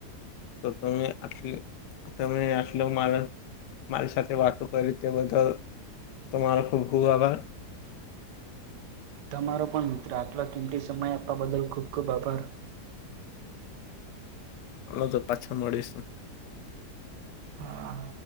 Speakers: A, on the left (about 85°); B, on the right (about 80°).
A: તો તમે આટલી તમે આટલો મારા- મારી સાથે વાતો કરી તે બદલ તમારો ખૂબ ખૂબ આભાર.
B: તમારો પણ મિત્ર આટલો કિંમતી સમય આપવા બદલ ખૂબ ખૂબ આભાર.
A: હાલોતો પાછા મળીશું.
B: હા.